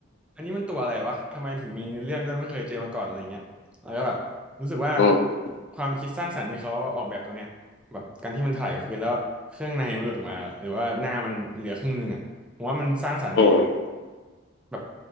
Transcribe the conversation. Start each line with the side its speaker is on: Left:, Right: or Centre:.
Centre: อันนี้มันตัวอะไรวะทำไมถึงมีเรื่องด้วยไม่เคยเจอมาก่อนอะไรเงี้ยแล้วก็แบบรู้สึกว่า
Left: ม
Centre: ความคิดสร้างสรรค์ที่เขาออกแบบตัวเนี้ยแบบการที่มันถลายกับพื้นแล้วเครื่องในมันหลุดออกมาหรือว่าหน้ามันเหลือครึ่งหนึงอ่ะผมว่ามันสร้างสรรค์ดี
Left: อืม
Centre: แบบ